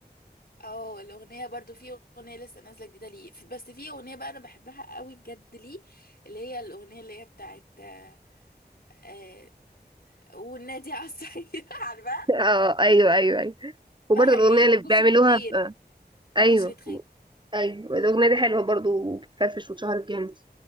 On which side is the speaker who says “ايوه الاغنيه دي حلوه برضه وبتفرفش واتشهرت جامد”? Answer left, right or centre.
Right